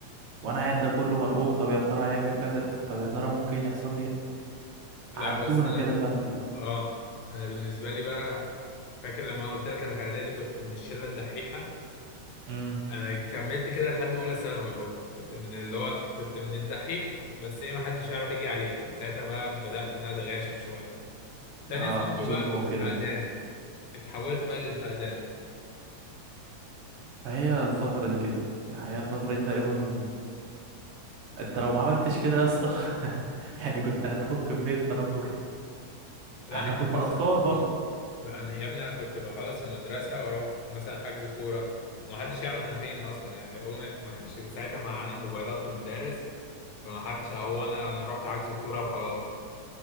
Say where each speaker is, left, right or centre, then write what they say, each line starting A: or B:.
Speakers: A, on the right (about 55°); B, on the left (about 50°).
A: وانا قاعد ده كله مرعوب طب يا ترى هيعمل كذا طب يا ترى ممكن يحصل لي
B: لا
A: عدونا
B: بس انا
A: كده
B: بقى.
A: فال
B: اه انا بالنسبه لي بقى فاكر لما أنا قلت لك انا في اعدادي كنت من الشله الدحيحه
A: امم
B: انا كملت كده لحد اولى ثانوي برضه كنت من اللي هو كنت من الدحيح بس ايه ما حدش يعرف يجي عليه كنت ساعتها بقى بدأت ان انا اتغاشم شويه تانية
A: اه
B: ثانوي
A: جيم
B: بقى كنت
A: وكده
B: فقدان اتحولت بقى للفقدان
A: فهي الفترة دي كده يعني هي الفترة دي تقريبا انت لو ما عملتش كده يا اسطى <laughs> يعني كنت هتاخد كمية تنمر
B: لا
A: احنا
B: يا
A: كنا
B: عم بس
A: اطفال برضه
B: بقى انا يا ابني انا كنت بخلص المدرسه واروح مثلا حجز كوره وما حدش يعرف انا فين اصلا يعني امي ما كانش في ساعتها معانا موبايلات في المدارس فما حدش هو انا انا رحت حجز كوره وخلاص